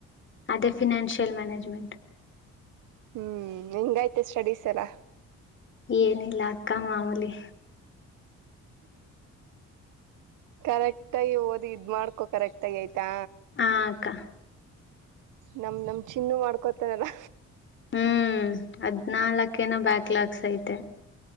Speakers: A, on the left; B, on the right.
A: ಅದೇ ಫಿನನ್ಷಿಯಲ್ ಮ್ಯೇಜ್ಮೆಂಟ್
B: ಹ್ಮ್ ಹೆಂಗಐ್ತ ಸ್ಟಡೀಸ್ ಎಲ್ಲ
A: ಏನಿಲ್ಲ ಅಕ್ಕ ಮಾಮೂಲಿ
B: ಕರೆಕ್ಟಾಗಿಿ ಓದಿ ಇದ್ ಮಾಡ್ಕೊ ಕರೆಕ್ಟ ಆಗಿ ಆಯ್ತಾ
A: ಹಕ್ಕ
B: ನಮ ನಮ್ ಚಿನ್ನ ಮಾಡ್ಕೊತಾರಲ್ಲ
A: ಹ್ಮ್ ಹದ್ನಾಲ್ಕ ನ ಬ್ಯಾಕ್ ಲಾಕ್ಸ್ ಐತೆ